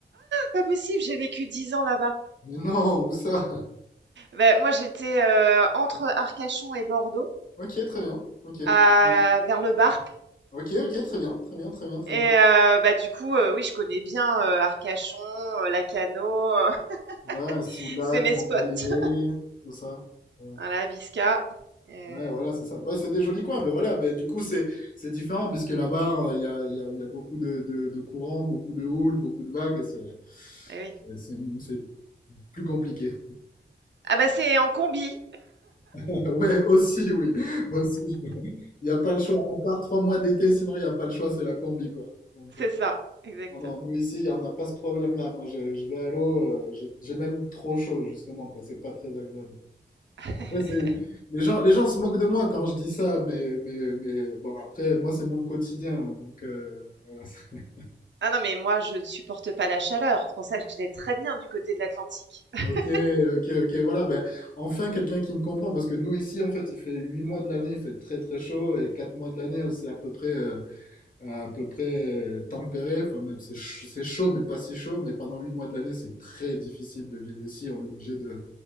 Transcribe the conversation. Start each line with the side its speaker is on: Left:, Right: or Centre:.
Right: Pas possible, j'ai vécu 10 ans là-bas.
Left: Mais non, où ça?
Right: Ben moi, j'étais euh, entre Arcachon et Bordeaux,
Left: Ok, très bien. Ok. Très
Right: à-
Left: bien.
Right: vers le Barp.
Left: Ok, ok, très bien. Très bien, très bien, très
Right: Et
Left: bien.
Right: euh, bah, du coup, euh, oui, je connais bien euh, Arcachon, euh, Lacano, euh,
Left: Ouais, Soulac,
Right: <laughs> c'est mes
Left: Montalivet,
Right: spots.
Left: tout ça. Ouais.
Right: Voilà, Bisca. Euh,
Left: Ouais, voilà, c'est ça. Ouais, c'est des jolis coins, mais voilà, ben, du coup, c'est c'est différent, parce que là-bas, euh, il y a, y a- y a beaucoup de, de, de courants, beaucoup de houles, beaucoup de vagues, et c'est
Right: eh oui.
Left: c'est- c'est- c'est plus compliqué.
Right: Ah bah c'est en combi,
Left: <laughs> Ouais, aussi, oui, aussi. Il n'y a pas le choix, à part trois mois d'été, sinon il n'y a pas le choix, c'est la combi, quoi.
Right: <laughs>
Left: Donc, euh,
Right: c'est ça, exactement.
Left: non, non, nous ici, il n'y en a pas ce problème-là. Moi, je, je vais à l'eau, euh, j'ai j'ai même trop chaud, justement, quoi, c'est pas très agréable.
Right: <laughs>
Left: Ouais, c'est- les gens, les gens se moquent de moi quand je dis ça, mais, mais, mais bon, après, moi, c'est mon quotidien. Donc, euh, voilà. <laughs>
Right: Ah non, mais moi, je ne supporte pas la chaleur. C'est pour ça que je l'ai très bien du côté de l'Atlantique. <laughs>
Left: Ok, ok, ok, voilà. Ben, enfin, quelqu'un qui me comprend, parce que nous, ici, en fait, il fait 8 mois de l'année, il fait très, très chaud, et 4 mois de l'année, euh, c'est à peu près, euh, à peu près euh, tempéré. Enfin, même, c'est ch- c'est chaud, mais pas si chaud. Mais pendant 8 mois de l'année, c'est très difficile de vivre ici. On est obligé de,